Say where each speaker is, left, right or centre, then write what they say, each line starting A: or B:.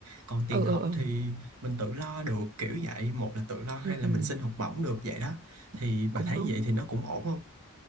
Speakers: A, on the right (about 80°); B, on the right (about 45°).
A: còn tiền
B: ừ
A: học
B: ừ
A: thì mình tự lo được kiểu vậy một là tự lo hay
B: ừ
A: là
B: ừ
A: mình xin học bổng được vậy đó thì bà
B: cũng
A: thấy
B: đúng
A: vậy thì nó cũng ổn không